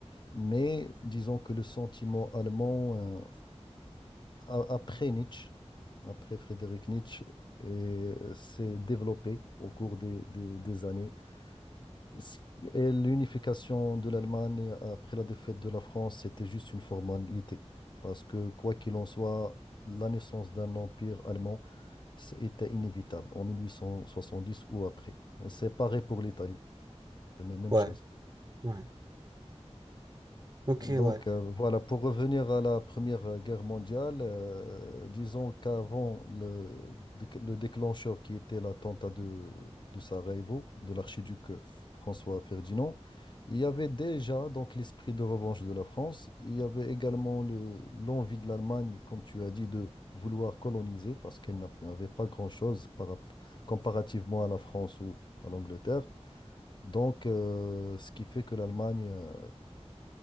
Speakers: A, on the left (about 45°); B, on the right (about 35°).
A: mais disons que le sentiment allemand, euh, a- après Nietzsche, après Frédéric Nietzsche, et, euh, s'est développé au cours des, des des années c- Et l'unification de l'Allemagne après la défaite de la France, c'était juste une formalité. Parce que, quoi qu'il en soit, la naissance d'un empire allemand, c'était inévitable en 1870 ou après. C'est pareil pour l'Italie, c'est la même
B: ouais,
A: chose.
B: ouais. Ok,
A: Donc
B: ouais.
A: euh, voilà, pour revenir à la Première Guerre mondiale, euh, disons qu'avant le, déc- le déclencheur qui était l'attentat de, de Sarajevo, de l'archiduc François Ferdinand, il y avait déjà donc l'esprit de revanche de la France, il y avait également le, l'envie de l'Allemagne, comme tu as dit, de vouloir coloniser parce qu'elle n'a- n'avait pas grand-chose par, rapp- comparativement à la France ou à l'Angleterre. Donc, euh, ce qui fait que l'Allemagne euh,